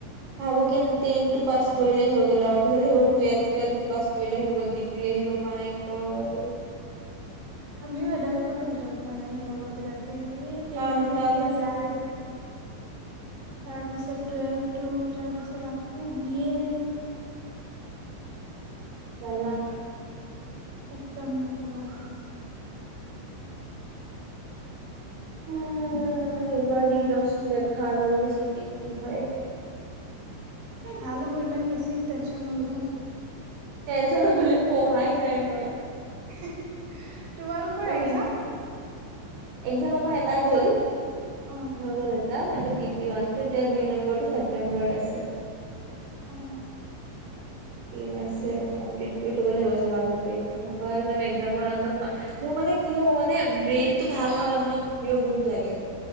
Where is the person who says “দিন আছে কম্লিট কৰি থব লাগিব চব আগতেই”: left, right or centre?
Right